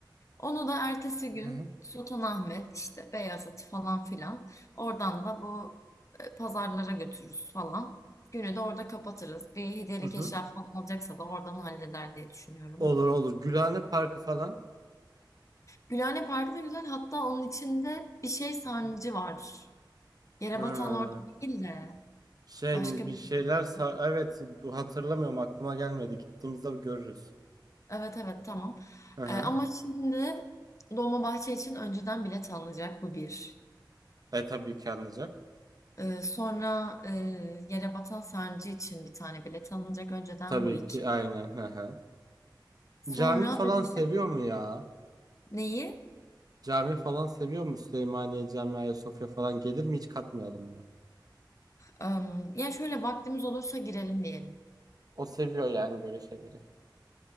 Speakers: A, on the left (about 40°); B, on the right (about 50°).
A: Onu da ertesi gün
B: Hı hı.
A: Sultanahmet işte Beyazıt falan filan oradan da bu e, pazarlara götürürüz falan. Günü de orada kapatırız. Bir hediyelik
B: Hı hı.
A: eşya falan alacaksa da oradan halleder diye düşünüyorum.
B: Olur olur. Gülhane Parkı falan.
A: Gülhane Parkı da güzel. Hatta onun içinde bir şey sarnıcı
B: Aha.
A: var. Yere
B: Ee,
A: batan orada değil de
B: şey
A: başka
B: bir
A: bir
B: şeyler
A: tane.
B: sa- evet bu hatırlamıyorum aklıma gelmedi. Gittiğimizde görürüz.
A: Evet evet tamam.
B: Hı hı.
A: Ee, ama şimdi Dolmabahçe için önceden bilet alınacak bu bir.
B: E tabii ki anlayacak.
A: Ee, sonra e, Yere Batan Sancı için bir tane bilet alınacak önceden
B: Tabii
A: bu iki.
B: ki aynen. Hı hı.
A: Sonra
B: Cami falan
A: bebek
B: seviyor mu ya?
A: neyi?
B: Cami falan seviyor mu? Süleymaniye Camii, Ayasofya falan gelir mi? Hiç katmayalım mı?
A: Am, yani şöyle vaktimiz olursa girelim diyelim.
B: O seviyor yani böyle şeyleri.